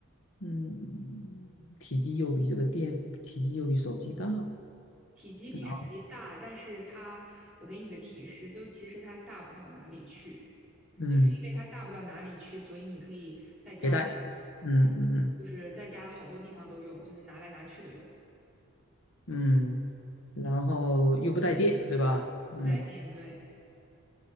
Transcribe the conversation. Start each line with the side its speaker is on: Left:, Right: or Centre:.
Left: 嗯，体积又比这个电，体积又比手机大，
Centre: 体积比手机大，
Left: 然后
Centre: 但是它，我给你个提示，就其实它大不到哪里去，
Left: 嗯，
Centre: 就是因为它大不到哪里去，所以你可以在家
Left: 携带，嗯嗯
Centre: 就是在家好多地方都用，就是拿来拿去的用，
Left: 嗯嗯，然后又不带电，对吧？嗯，
Centre: 不带电，对，